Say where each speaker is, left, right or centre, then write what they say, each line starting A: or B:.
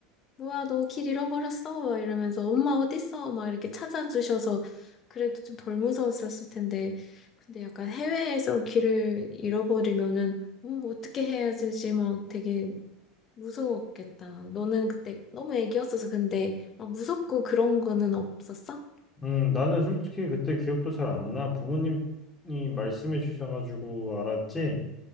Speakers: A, on the left; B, on the left.
A: 뭐야, 너 길 잃어버렸어? 막 이러면서, 엄마 어딨어? 막 이렇게 찾아주셔서, 그래도 좀 덜 무서웠었을 텐데, 근데 약간 해외에서 길을 잃어버리면은, 음, 어떻게 해야 되지? 막 되게 무서웠겠다. 너는 그때 너무 애기였어서 근데, 막 무섭고 그런 거는 없었어?
B: 음 나는 솔직히 그때 기억도 잘 안 나. 부모님이 말씀해 주셔가지고 알았지.